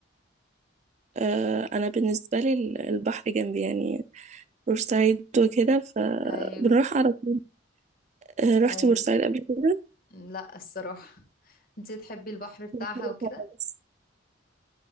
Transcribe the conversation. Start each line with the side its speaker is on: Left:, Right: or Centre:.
Right: آه أنا بالنسبة لي ال- البحر جنبي يعني بورسعيد وكده فبنروح
Left: أيوه
Right: على طول آه رحت
Left: أيوه
Right: بورسعيد قبل كده
Left: لا الصراحة <laughs> انت تحبي البحر بتاعها
Right: حلو
Left: وكده
Right: خالص